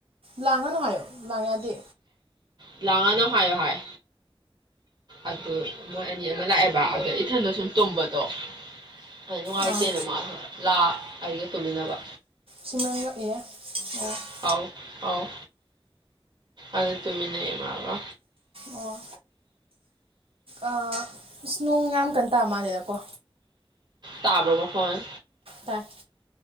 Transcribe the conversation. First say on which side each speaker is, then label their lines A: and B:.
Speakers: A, on the right; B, on the right.
A: ꯂꯥꯡꯉꯅꯨ ꯍꯥꯏꯌꯣ ꯂꯥꯡꯉꯗꯤ
B: ꯂꯥꯡꯉꯅꯣ ꯍꯥꯏꯌꫭ ꯍꯥꯏ ꯑꯗꯨ ꯃꯣꯏ ꯑꯅꯤ ꯑꯃ ꯂꯥꯛꯑꯦꯕ ꯑꯗ ꯏꯊꯟꯗ ꯁꯨꯝ ꯇꯨꯝꯕꯗꯣ ꯑꯗꯨ ꯅꯨꯡꯉꯥꯏꯇꯦꯅ
A: ꯑꯥ
B: ꯃꯥꯁꯨ ꯂ ꯑꯩꯒ ꯇꯨꯃꯤꯟꯅꯕ
A: ꯁꯤꯃꯥꯡ ꯂꯥꯛꯑ <unintelligible>
B: ꯑꯧ ꯑꯧ ꯑꯗ ꯇꯨꯃꯤꯟꯅꯩ ꯃꯥꯒ
A: ꯑꯣ ꯑꯥ ꯏꯁ ꯅꯣꯡ ꯌꯥꯝ ꯀꯟ ꯇꯥ ꯃꯥꯜꯂꯦꯗꯀꯣ
B: ꯇꯥꯕ꯭ꯔꯣ ꯃꯈꯣꯟ
A: ꯇꯥꯏ